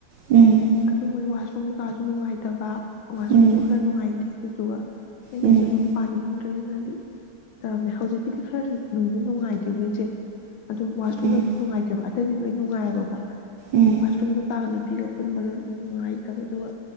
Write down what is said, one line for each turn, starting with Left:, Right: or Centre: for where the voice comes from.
Right: ꯎꯝ
Left: ꯑꯗꯨ ꯃꯩ ꯋꯥꯁ ꯁꯨꯝ ꯀꯩꯀꯥꯁꯨ ꯅꯨꯡꯉꯥꯏꯇꯕ ꯋꯥꯥꯁꯔꯨꯝꯖꯤ
Right: ꯎꯝ
Left: ꯈ꯭ꯔꯥ ꯅꯨꯡꯉꯥꯏꯇꯦ ꯁꯤ ꯇ ꯑꯩꯁꯨ
Right: ꯎꯝ
Left: ꯑꯗꯨꯝ ꯄꯅꯤ ꯇ꯭ꯔꯦꯅꯗꯤ ꯇꯝꯃꯦ ꯍꯧꯖꯤꯛꯀꯤꯗꯤ ꯈꯔ ꯅꯣꯡꯗꯤ ꯅꯅꯨꯡꯉꯥꯏꯇꯆꯦ ꯑꯗꯨꯝ ꯋꯥꯁꯔꯨꯝꯗ
Right: ꯎꯝ
Left: ꯅꯨꯡꯉꯥꯏꯇꯦꯕ ꯍꯗꯤ ꯂꯣꯏ ꯅꯨꯡꯉꯥꯏꯑꯕꯀꯣ
Right: ꯎꯝ
Left: ꯋꯥꯁꯔꯝꯅ ꯄꯥꯅꯤ ꯅꯨꯄꯤꯒ ꯄꯨꯟꯕꯗꯣ ꯅꯨꯡꯉꯥꯏꯇꯕ ꯑꯗꯨꯒ